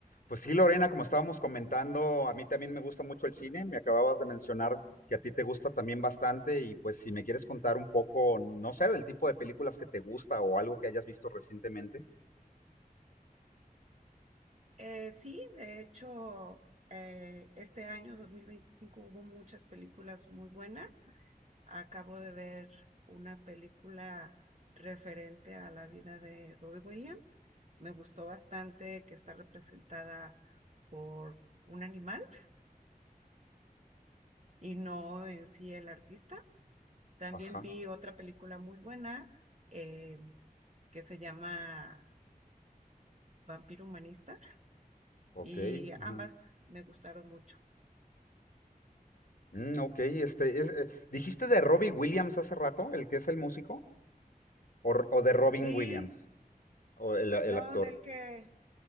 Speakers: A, on the left (about 65°); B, on the right (about 50°).
A: Pues sí, Lorena, como estábamos comentando, a mí también me gusta mucho el cine. Me acababas de mencionar que a ti te gusta también bastante y pues si me quieres contar un poco, no sé, del tipo de películas que te gusta o algo que hayas visto recientemente.
B: Eh, sí, de hecho, eh, este año 2025 hubo muchas películas muy buenas. Acabo de ver una película referente a la vida de Robbie Williams. Me gustó bastante que está representada por un animal y no en sí el artista. También
A: Ajá,
B: vi otra película muy buena eh, que se llama Vampiro Humanista
A: ok,
B: y
A: ajá.
B: ambas me gustaron mucho.
A: Mm, ok, este, es, eh, ¿dijiste de Robbie Williams hace rato, el que es el músico? ¿O, r- o de Robin
B: Sí,
A: Williams, o el, el
B: No,
A: actor?
B: del que,